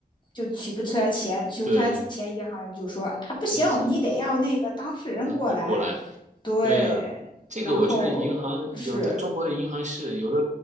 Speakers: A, on the left; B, on the right.
A: 就取不出来钱，取不出来钱，
B: 对，
A: 银行人就说啊不行，
B: 对这
A: 你得要那个当事人过来，
B: 那就过来，
A: 对，
B: 对呀、这个我觉得银行有的中国的银行是有的
A: 然后是